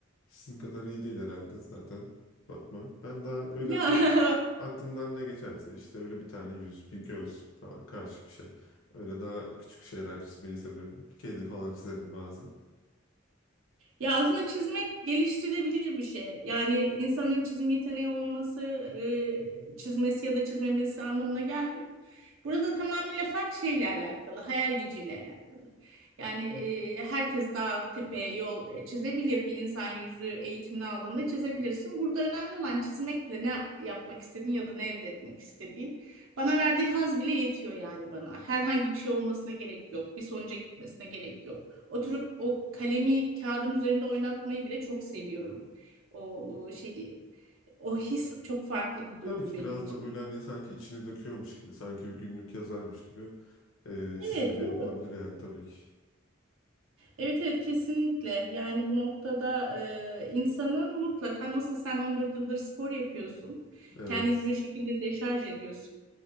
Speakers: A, on the left; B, on the right.
A: sizin kadar iyi değil herhalde zaten Fatma. Ben daha öyle
B: Ya
A: hani
B: <laughs>
A: Aklımdan ne geçerse işte öyle bir tane yüz, bir göz falan karşı bir şey. Öyle daha küçük şeyler çizmeyi seviyorum. Kedi falan çizerim bazen.
B: Ya aslında çizmek geliştirilebilir bir şey. Yani insanın çizim yeteneği olması, e, çizmesi ya da çizmemesi anlamına gelmiyor. Burada tamamıyla fark şeyle alakalı, hayal gücüyle alakalı. Yani e, herkes dağ, tepe, yol e, çizebilir. Bir insan yüzü eğitimini aldığında çizebilirsin. Burada önemli olan çizmekle ne yapmak istediğin ya da ne elde etmek istediğin. Bana verdiği haz bile yetiyor yani bana. Herhangi bir şey olmasına gerek yok. Bir sonuca gitmesine gerek yok. Oturup o kalemi kağıdın üzerinde oynatmayı bile çok seviyorum. O, o şeyi, o his çok farklı bir duygu
A: Tabii ki
B: benim
A: biraz
B: için.
A: da böyle hani sanki içini döküyormuş gibi, sanki bir günlük yazarmış gibi e,
B: Evet,
A: çizim de
B: doğru.
A: yapılabilir yani tabii ki.
B: Evet evet kesinlikle. Yani bu noktada e, insanın mutlaka nasıl sen 14 yıldır spor yapıyorsun,
A: Evet.
B: kendini bir şekilde deşarj ediyorsun.